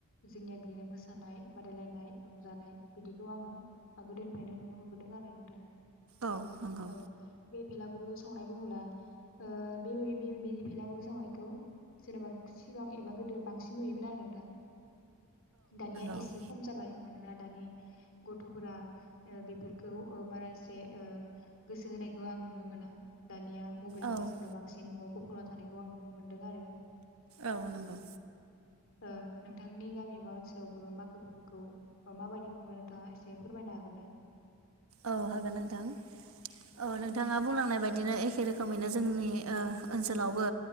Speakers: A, on the left (about 60°); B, on the right (about 80°).
A: जोंनिया बिदिनो मोसानाय बादायलायनाय रंजानाय बिदि खौआङो आगोल दिननिफ्रायनो नुनो मोनबोदों। मोनबोदों आरो नोंथां।
B: औ नंगौ।
A: औ बे भेलागुरु सावनाय बुङोब्ला ओ बे-बे भेलागुरु सावनायखौ जेनेबा सिगां एबा गोदो बांसिन नुयोमोन आरो नोंथां। दानिया
B: नंगौ
A: एसे खम जाबाय। मानोना दानि गथ'फोरा ओ बेफोरखौ बारा एसे ओ गोसो होनायखौ आं नुनो मोना। दानिया मबायेलफोरजोंनो
B: औ
A: बांसिन न'आव गुफुंना थानायखौ आं नुनो मोनदों आरो।
B: औ नंगौ।
A: ओ नोंथांनि गामि एबा ओनसोलावबो मागो फोरबोखौ माबायदि खुङो नोंथाङा एसे फोरमायनो हागोन ना?
B: औ हागोन नोंथां औ नोंथाङा बुंलांनाय बायदि बिदिनो एखे रोखोमैनो जोंनि ओ ओनसोलावबो